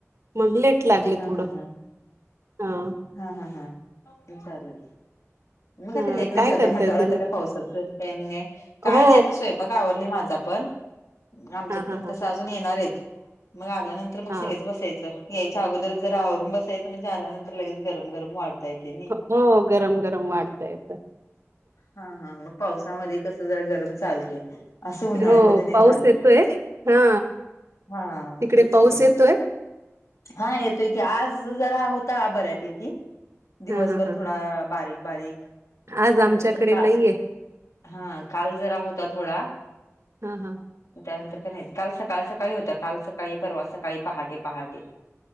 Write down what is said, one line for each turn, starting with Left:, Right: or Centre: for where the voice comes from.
Right: मग लेट लागले
Left: हा
Right: थोडं.
Left: हा हा
Right: हा
Left: हा हा हा चालेल. मग
Right: हा
Left: ते लेट नाही
Right: काय
Left: जेवतय
Right: करताय
Left: म्हटल्यावर
Right: तुम्ही
Left: आता काय पावसाचं टायमिंग आहे. काय
Right: हो
Left: नाही आता स्वयंपाक आवरले माझा पण, आमच्यात
Right: हा हा
Left: पण
Right: हा
Left: तस अजून येणार आहेत. मग आल्यानंतर मग
Right: हा
Left: सगळेच बसायचं. यायच्या अगोदर जरा आवरून बसायचं. म्हणजे आल्यानंतर लगेच गरम गरम वाढता येते नाही.
Right: हो गरम गरम वाढता येत.
Left: हा हा मग पावसामध्ये कस जरा गरम चालते. असं उन्हाळ्यामध्ये
Right: हो
Left: नाही
Right: पाऊस
Left: चालत.
Right: येतोय हा
Left: हा
Right: तिकडे
Left: तेच
Right: पाऊस
Left: की.
Right: येतोय
Left: हा येतोय की. आज जरा होता बऱ्यापैकी. दिवसभर
Right: हा हा हा
Left: थोडा
Right: हा
Left: बारीक बारीक. त्यानंतर
Right: आज आमच्याकडे
Left: काळ
Right: नाहीये
Left: हा काल जरा होता थोडा
Right: हा हा
Left: त्यानंतर का नाही. काल सकाळ सकाळी होता. काल सकाळी. परवा सकाळी. पहाटे पहाटे.